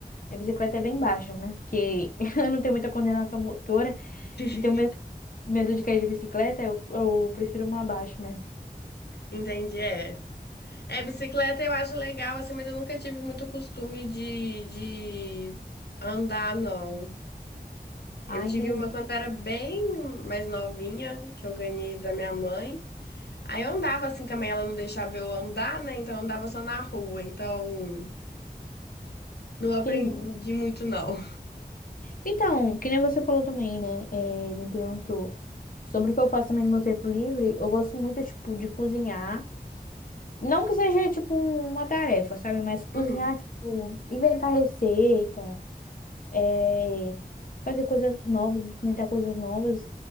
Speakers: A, on the left (about 55°); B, on the left (about 80°).
A: Minha bicicleta é bem baixa, né? Porque <laughs> eu não tenho muita coordenação motora
B: <laughs>
A: e tenho medo, medo de cair de bicicleta, eu, eu prefiro uma baixa mesmo.
B: Entendi, é. É, bicicleta eu acho legal, assim, mas eu nunca tive muito costume de, de andar, não. Eu
A: Ah,
B: tive
A: entendi.
B: uma quando eu era bem mais novinha, que eu ganhei da minha mãe. Aí eu andava assim também, ela não deixava eu andar, né? Então eu andava só na rua. Então não aprendi
A: entendi.
B: muito, não.
A: Então, que nem você falou também, né? É, me perguntou sobre o que eu faço também no meu tempo livre. Eu gosto muito, tipo, de cozinhar. Não que seja, tipo, uma tarefa, sabe? Mas cozinhar,
B: Uhum.
A: tipo, inventar receita. é, fazer coisas novas, experimentar coisas novas.